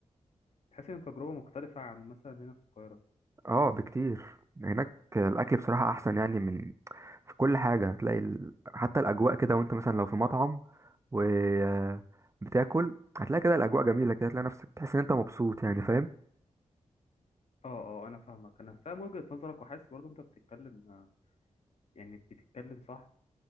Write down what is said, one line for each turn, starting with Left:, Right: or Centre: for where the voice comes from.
Left: تحس ان تجربة مختلفة عن مثلا هنا في القاهرة
Right: اه بكتير هناك الاكل بصراحه احسن يعني من في كل حاجه هتلاقي ال... حتى الاجواء كده وانت مثلا لو في مطعم و آه، بتاكل هتلاقي كده الاجواء جميله كده هتلاقي نفسك تحس ان انت مبسوط يعني فاهم
Left: اه اه انا فاهمك انا فاهم وجهة نظرك وحاسس برضه انت بتتكلم آه، يعني بتتكلم صح